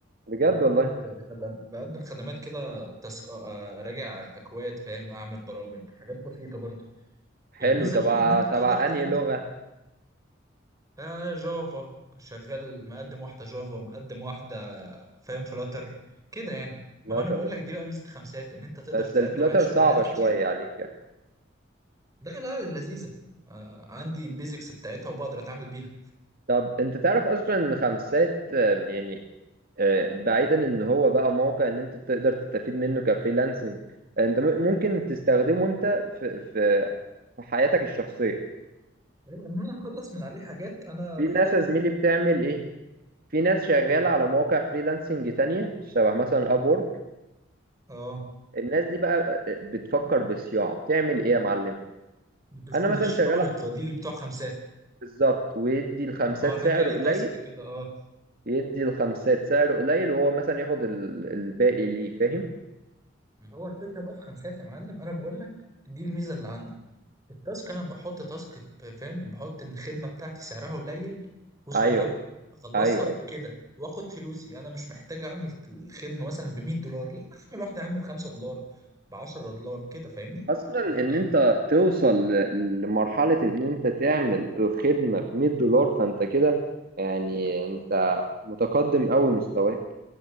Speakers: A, on the right (about 50°); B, on the right (about 20°).
A: بجد
B: بقدم
A: والله
B: خدم بقدم خدمات كده تسك راجع اكواد فاهم اعمل برامج حاجات بسيطه برضه
A: حلو
B: الميزه
A: تبع
B: فيه ان انت
A: تبع
B: بتقدر تقدم
A: انهي لغة
B: آه جافا شغال مقدم واحدة جافا مقدم واحدة فاهم فلاتر كده يعني
A: فلاتر
B: ما هو أنا بقول
A: بس
B: لك دي بقى ميزة خمسات إن أنت تقدر
A: بس
B: تقدم
A: الفلاتر
B: عليه شغلانات
A: صعبة
B: كتير
A: شوية عليك يعني.
B: لا لا لذيذة آه عندي البيزكس بتاعتها وبقدر أتعامل بيها
A: طب انت تعرف اصلا ان خمسات آه، يعني آه، بعيدا ان هو بقى موقع ان انت تقدر تستفيد منه كفريلانسنج انت م- ممكن تستخدمه انت في في في حياتك الشخصيه
B: إيه، إن أنا أخلص من عليه حاجات أنا
A: في
B: محتاجها
A: ناس يا زميلي بتعمل ايه في ناس شغاله
B: إيه
A: على مواقع فريلانسنج تانية شبه مثلا ابورك
B: آه
A: الناس دي بقى آه، بتفكر بصياعه بتعمل ايه يا معلم
B: بتاخد
A: انا مثلا
B: الشغل
A: شغال
B: وتوديه اللي بتوع خمسات
A: بالظبط ويدي الخمسات
B: ما هو أنا
A: سعر
B: جالي
A: قليل
B: تاسك كده آه
A: يدي الخمسات سعر قليل وهو مثلا ياخد ال- الباقي ليه فاهم
B: ما هو الفكرة بقى في خمسات يا معلم أنا بقول لك دي الميزة اللي عندي التاسك انا بحط تاسك في- فاهم بحط ان الخدمه بتاعتي سعرها قليل وصغيره
A: ايوه
B: اخلصها
A: ايوه أيوه.
B: كده واخد فلوسي انا مش محتاج اعمل الخدمه مثلا ب 100 دولار لا اعمل واحده اعمل 5 دولار ب 10 دولار كده فاهمني
A: اصلا
B: <clears throat>
A: ان انت توصل ل- لمرحله ان انت تعمل الخدمه ب 100 دولار فانت كده يعني انت متقدم قوي مستواك